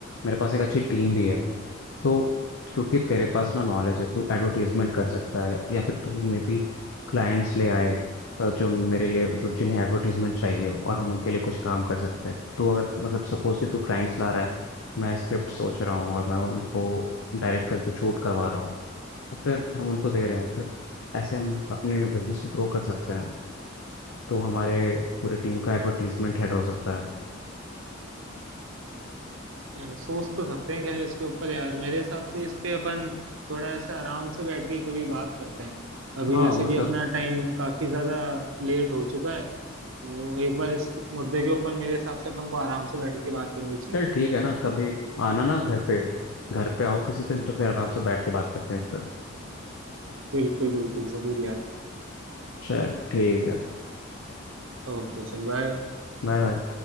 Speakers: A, on the left; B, on the right.
A: मेरे पास एक अच्छी टीम भी है तो क्योंकि तेरे पास ना नॉलेज है तू एडवर्टीजमेंट कर सकता है या फिर तू मे भी क्लाइंट्स ले आए अ, जो मेरे लिए मतलब जिन्हें एडवर्टीजमेंट चाहिए हो और हम उनके लिए कुछ काम कर सकते हैं तू अगर मतलब सपोज कि तू क्लाइंट्स ला रहा है मैं स्क्रिप्ट सोच रहा हूँ और मैं उनको डायरेक्ट करके शूट करवा रहा हूँ और फिर हम उनको दे रहे हैं फिर ऐसे हम अपने बिजनेस को ग्रो कर सकते हैं तो हमारे पूरे टीम का एडवर्टीजमेंट हेड हो सकता है
B: यार, सोच तो सकते हैं खैर इसके ऊपर यार मेरे हिसाब से इस पे अपन थोड़ा ऐसे आराम से बैठ के कभी बात करते हैं अभी
A: हाँ
B: वैसे
A: मतलब
B: भी अपना टाइम काफी ज्यादा लेट हो चुका है तो एक बार इस मुद्दे के ऊपर मेरे हिसाब से अपन को आराम से बैठ के बात करनी चाहिए
A: चल ठीक है ना कभी आना ना घर पे घर पे आओ किसी दिन तो फिर आराम से बैठ के बात करते हैं इस पर
B: बिल्कुल बिल्कुल जरूर यार
A: चल ठीक है
B: ओके चल बाय
A: Bye bye